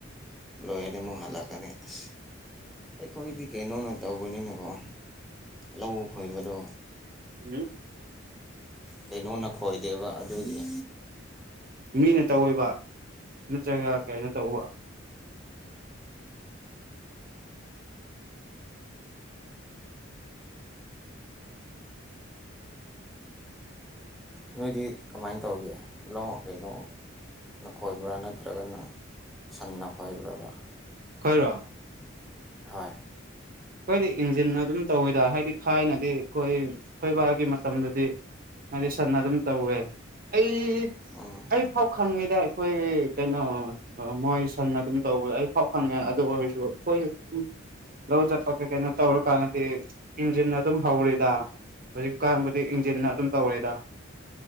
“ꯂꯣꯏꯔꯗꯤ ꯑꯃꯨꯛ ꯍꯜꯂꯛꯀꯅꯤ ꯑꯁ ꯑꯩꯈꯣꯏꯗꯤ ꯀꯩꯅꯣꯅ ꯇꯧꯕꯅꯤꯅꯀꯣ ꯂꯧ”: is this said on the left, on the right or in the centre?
Centre